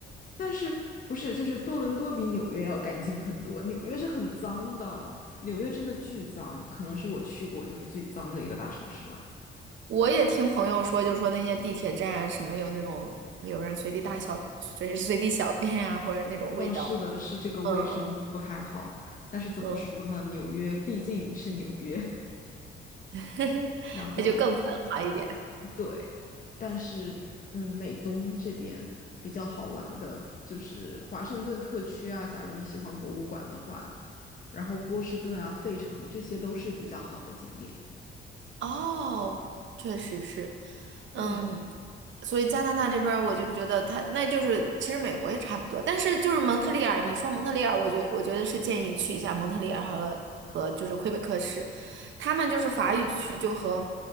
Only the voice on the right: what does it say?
我也听朋友说，就说那些地铁站什么有那种有人随地大小、随随地小便啊，或者那种味道。
嗯嗯
嗯，
<laughs>
它就更繁华一点。
哦，确实是，嗯，
所以加拿大这边儿我就觉得他那就是其实美国也差不多，但是就是蒙特利尔，你说蒙特利尔，我觉我觉得是建议去一下蒙特利尔和和就是魁北克市，他们就是法语区就和，